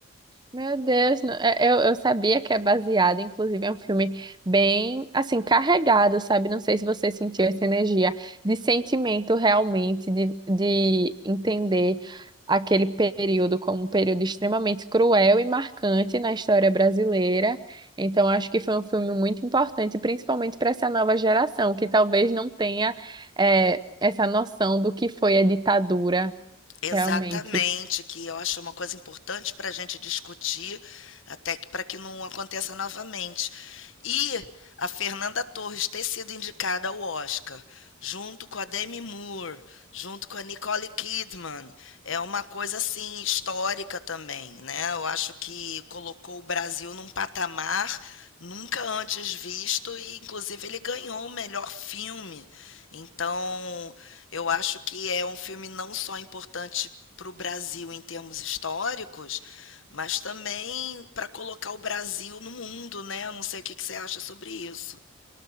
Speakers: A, on the right; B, on the left.
A: Meu Deus, não- é- eu, eu sabia que é baseado, inclusive é um filme bem, assim, carregado, sabe? Não sei se você sentiu essa energia de sentimento realmente, de, de entender aquele período como um período extremamente cruel e marcante na história brasileira. Então, acho que foi um filme muito importante, principalmente para essa nova geração, que talvez não tenha, eh, essa noção do que foi a ditadura
B: Exatamente,
A: realmente.
B: que eu acho uma coisa importante para a gente discutir, até que para que não aconteça novamente. E a Fernanda Torres ter sido indicada ao Oscar, junto com a Demi Moore, junto com a Nicole Kidman, é uma coisa assim histórica também, né? Eu acho que colocou o Brasil num patamar nunca antes visto e inclusive ele ganhou o melhor filme. Então, eu acho que é um filme não só importante para o Brasil em termos históricos, mas também para colocar o Brasil no mundo, né? Eu não sei o que que você acha sobre isso.